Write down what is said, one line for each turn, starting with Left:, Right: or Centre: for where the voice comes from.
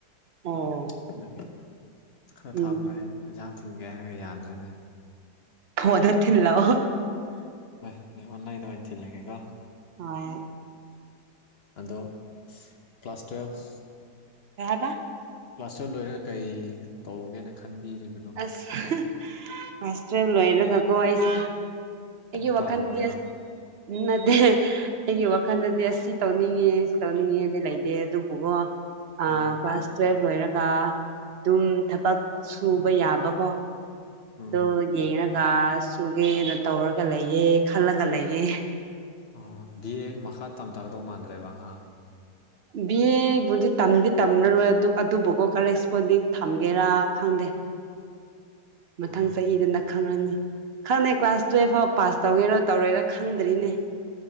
Right: ꯑꯣ
Left: ꯑꯗꯨꯗꯒꯤ ꯈꯔ
Right: ꯎꯝ
Left: ꯊꯥꯞꯈ꯭ꯔꯦ ꯏꯟꯁꯥꯡ ꯊꯤꯟꯒꯦ ꯍꯥꯏꯔꯒ ꯌꯥꯗ꯭ꯔꯦꯅꯦ
Right: ꯐꯣꯟꯇ ꯊꯤꯜꯂꯛꯑꯣ
Left: ꯍꯣꯏ ꯑꯩ ꯑꯣꯟꯂꯥꯏꯟꯗ ꯑꯣꯏꯅ ꯊꯤꯜꯂꯒꯦꯀꯣ
Right: ꯍꯣꯏ
Left: ꯑꯗꯣ ꯀ꯭ꯂꯥꯁ ꯇꯨꯌꯦꯜꯐ
Right: ꯀꯩꯍꯥꯢꯕ
Left: ꯀ꯭ꯂꯥꯁ ꯇꯨꯌꯦꯜꯕ ꯂꯣꯏꯔꯒ ꯀꯔꯤ ꯇꯧꯒꯦꯅ ꯈꯟꯕꯤꯔꯤꯕ
Right: ꯑꯁ ꯀ꯭ꯂꯥꯁ ꯇꯨꯌꯦꯦꯜꯕ ꯂꯣꯏꯔꯒꯀꯣ ꯑꯩꯁꯦ ꯑꯩ
Left: ꯌꯨꯝ ꯄꯥꯜꯂꯒꯦꯔꯣ
Right: ꯋꯥꯈꯟꯗꯤ ꯅꯠꯇ ꯑꯩꯒꯤ ꯋꯥꯈꯜꯗꯗꯤ ꯑꯁ ꯁꯤ ꯇꯧꯅꯤꯡꯉꯦ ꯁꯤ ꯇꯧꯅꯤꯡꯉꯦꯗꯤ ꯂꯩꯇꯦ ꯑꯗꯨꯕꯨꯒꯣ
Left: ꯎꯝ
Right: ꯀ꯭ꯂꯥꯁ ꯇꯨꯋꯦꯜꯕ ꯂꯣꯏꯔꯒ ꯑꯗꯨꯝ ꯊꯕꯛ ꯁꯨꯕ ꯌꯥꯕꯀꯣ
Left: ꯎꯝ
Right: ꯑꯗꯨ ꯌꯦꯡꯉꯒ ꯁꯨꯒꯦꯅ ꯇꯧꯔꯒ ꯂꯩꯌꯦꯦ ꯈꯜꯂꯒ ꯂꯩꯌꯦ
Left: ꯑꯣ ꯕꯤ ꯑꯦ ꯃꯈꯥ ꯇꯝꯊꯒꯗꯧ ꯃꯥꯟꯗ꯭ꯔꯦꯕ ꯑ
Right: ꯕꯤ ꯑꯦꯕꯨꯗꯤ ꯇꯝꯗꯤ ꯇꯝꯔꯔꯣꯏ ꯑꯗꯨ ꯑꯗꯨꯕꯨꯒꯣ ꯀꯔꯦꯁꯄꯣꯟꯗꯤꯡ ꯊꯝꯒꯦꯔꯥ ꯈꯪꯗꯦ ꯃꯊꯪ
Left: ꯑꯣ
Right: ꯆꯍꯤꯗꯅ ꯈꯪꯉꯅꯤ ꯈꯪꯉꯦ ꯀ꯭ꯂꯥꯁ ꯇꯨꯌꯦꯦꯜꯐ ꯐꯥꯎ ꯄꯥꯁ ꯇꯧꯒꯦꯔꯣ ꯇꯧꯔꯦꯔꯥ ꯈꯪꯗ꯭ꯔꯤꯅꯦ